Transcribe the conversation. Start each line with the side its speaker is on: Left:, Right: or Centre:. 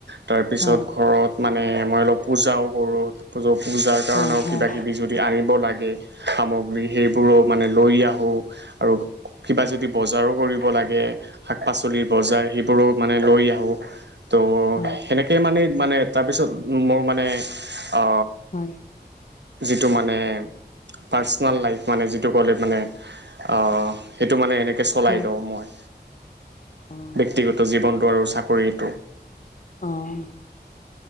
Right: তাৰপিছত
Left: হয়
Right: ঘৰত মা মানে মই অলপ পূজাও কৰোঁ, পূজাৰ কাৰণেও
Left: হয় হয় হয় হয় হয় হয়
Right: কিবাকিবি যদি আনিব লাগে সামগ্ৰী সেইবোৰো মানে লৈ আহো আৰু কিবা যদি বজাৰো কৰিব লাগে শাক-পাচ বজাৰ সেইবোৰো মানে লৈ আহোঁ তো
Left: হয় হয়
Right: সেনেকেই মানে মানে তাৰপিছত মোৰ মানে আ
Left: হয়
Right: যিটো মানে পাৰ্চনেল লাইফ মানে যিটো ক'লে মানে, আ সেইটো মানে চলাই
Left: হয়
Right: লওঁ মই।
Left: অঁ
Right: ব্যক্তিগত জীৱনটো আৰু চাকৰিটো।
Left: আহ।